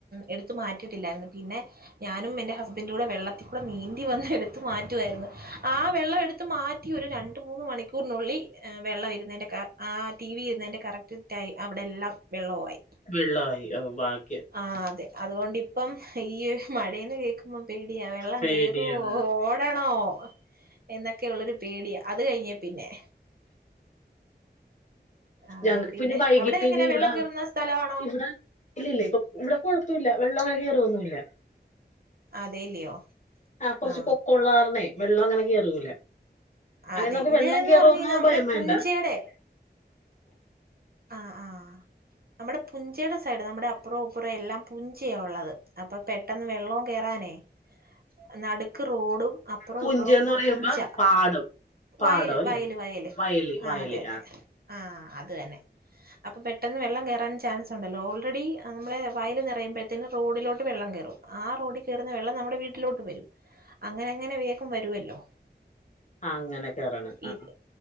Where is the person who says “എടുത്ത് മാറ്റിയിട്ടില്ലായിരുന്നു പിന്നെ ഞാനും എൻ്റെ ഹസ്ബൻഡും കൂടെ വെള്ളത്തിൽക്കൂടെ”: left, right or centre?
Right